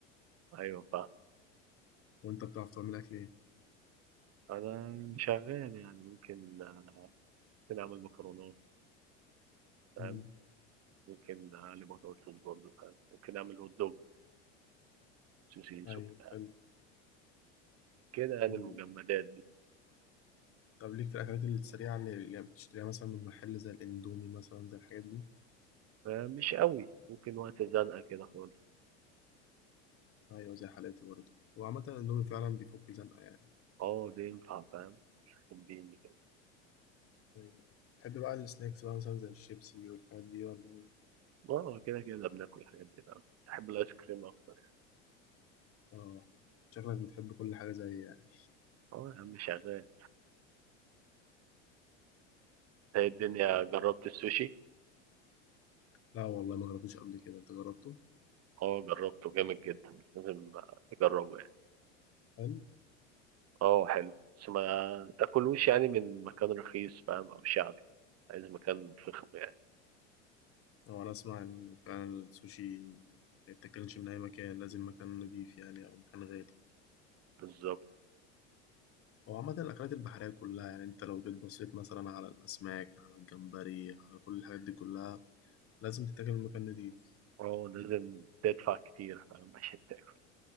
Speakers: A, on the right; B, on the left.
A: أيوة فاهم
B: وانت بتعرف تعمل اكل ايه
A: أنا شغال يعني ممكن آه، ممكن أعمل مكرونات فاهم
B: مم.
A: ممكن أقلي بطاطس برضه فاهم ممكن أعمل هوت دوج سوسيس
B: ايوه
A: وبتاع
B: حلو
A: كده يعني
B: مم.
A: المجمدات دي
B: طب ليك في الاكلات السريعه اللي اللي بتشتريها مثلا من محل زي الاندومي مثلا زي الحاجات دي
A: آه، مش قوي ممكن وقت زنقة كده خالص
B: ايوه زي حالاتي برضه وعامة الاندومي فعلا بيفك زنقة يعني
A: اه ده ينفع فاهم تديني كده
B: ايوه تحب بقى السناكس بقى مثلا زي الشيبسي والحاجات دي ولا ايه؟
A: اه كده كده بناكل الحاجات دي فاهم بحب الآيس كريم أكتر يعني.
B: اه شكلك بتحب كل حاجة زي يعني
A: اه يا عم شغال إيه الدنيا جربت السوشي؟
B: لا والله ما جربتوش قبل كده انت جربته؟
A: اه جربته جامد جدا لازم تجربه يعني
B: هل؟
A: اه حلو بس ما تاكلوش يعني من مكان رخيص فاهم او شعبي عايز مكان فخم يعني
B: هو انا اسمع ان فعلا السوشي ما يتاكلش من اي مكان لازم مكان نضيف يعني او مكان غالي
A: بالظبط
B: هو عامة الأكلات البحرية كلها يعني أنت لو جيت بصيت مثلا على الأسماك على الجمبري على كل الحاجات دي كلها لازم تتاكل من مكان نضيف
A: اه لازم تدفع كتير فاهم عشان تاكل